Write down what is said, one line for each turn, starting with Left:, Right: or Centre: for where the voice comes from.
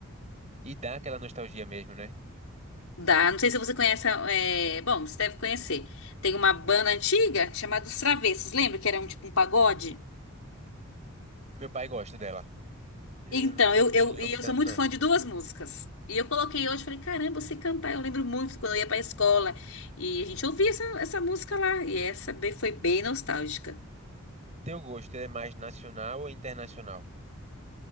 Right: E dá aquela nostalgia mesmo, né?
Left: Dá, não sei se você conhece, é, bom, você deve conhecer. Tem uma banda antiga chamada Os Travessos, lembra que era um tipo um pagode?
Right: Meu pai gosta dela. Eu
Left: Então,
Right: eu
Left: eu,
Right: não
Left: eu,
Right: cheguei
Left: e
Right: a ouvir
Left: eu
Right: tanto,
Left: sou muito
Right: não.
Left: fã de duas músicas. E eu coloquei hoje, falei, caramba, eu sei cantar, eu lembro muito quando eu ia pra escola. E a gente ouvia essa, essa música lá, e essa be- foi bem nostálgica.
Right: Teu gosto, ele é mais nacional ou internacional?